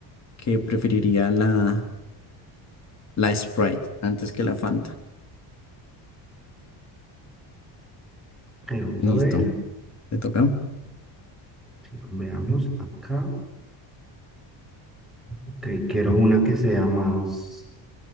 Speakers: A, on the left; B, in the centre.
A: que preferiría la, la Sprite antes que la Fanta.
B: Ok, vamos
A: Listo,
B: a ver.
A: ¿te toca?
B: Sí, veamos acá. Ok, quiero una que sea más...